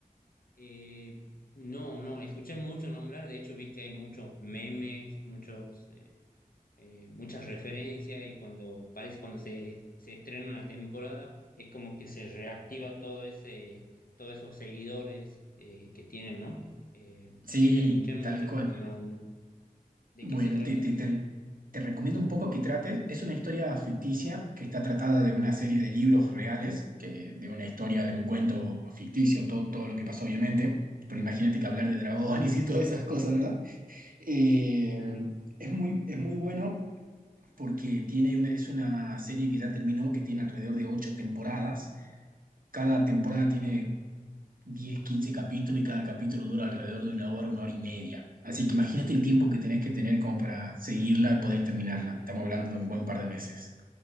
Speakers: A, on the left; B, on the right.
A: Eh, no, no, escuché mucho nombrar, de hecho vi que hay muchos memes, muchos, eh, eh, muchas referencias y cuando parece cuando se, se estrena una temporada es como que se reactiva todo ese, todos esos seguidores eh, que tienen, ¿no? Eh,
B: Sí,
A: sí, la escuché mucho,
B: tal cual.
A: pero no. ¿De
B: Bueno,
A: qué se trata?
B: te, te, te- te recomiendo un poco que trates. Es una historia ficticia que está tratada de una serie de libros reales, que, de una historia, de un cuento ficticio, todo, todo lo que pasó, obviamente. Pero imagínate que hablar de dragones y todas esas cosas, ¿verdad? Eh,
A: Claro,
B: es muy, es muy bueno porque tiene una, es una serie que ya terminó, que tiene alrededor de ocho temporadas. Cada temporada tiene 10 15 capítulos y cada capítulo dura alrededor de una hora, una hora y media. Así que imagínate el tiempo que tenés que tener como para seguirla y poder terminarla.
A: claro.
B: Estamos hablando de un buen par de meses.